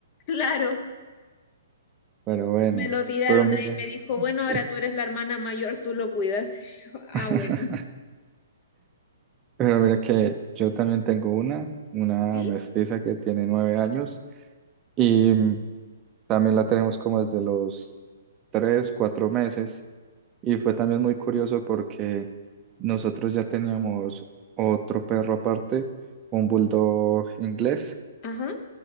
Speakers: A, on the left (about 25°); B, on the right (about 15°).
A: Claro,
B: Pero bueno,
A: me lo tiraron
B: pero mire.
A: ahí, me dijo,
B: <laughs>
A: bueno,
B: Sí.
A: ahora tú eres la hermana mayor, tú lo cuidas. <laughs> Y yo, ah,
B: <laughs>
A: bueno.
B: Pero mira que yo también tengo una, una
A: ¿Sí?
B: mestiza que tiene nueve años. y mm, También la tenemos como desde los tres, cuatro meses. Y fue también muy curioso porque nosotros ya teníamos otro perro aparte, un bulldog inglés,
A: Ajá.